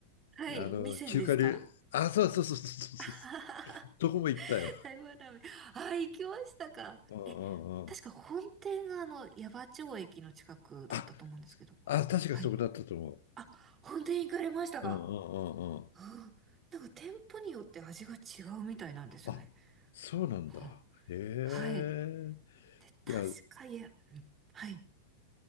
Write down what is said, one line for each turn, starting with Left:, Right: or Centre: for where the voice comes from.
Right: はい。
Left: あの、
Right: 味仙ですか
Left: 中華料理、あ、そうそうそうそうそうそう、
Right: あははは
Left: どこも行ったよ。
Right: <laughs> 台湾ラーメン。あ、行きましたか。
Left: うんうんうん。
Right: え、確か本店があの、矢場町駅の近くだったと思うんですけど。
Left: あ、あ、確かそこだったと思う。
Right: はい。あ、本店行かれましたか。
Left: うんうんうんうん。
Right: うん。なんか店舗によって味が違うみたいなんですよね。
Left: あ、そうなんだ。
Right: うん
Left: へえ。
Right: はい。で、確か、
Left: いや、いや
Right: いや、うんはい。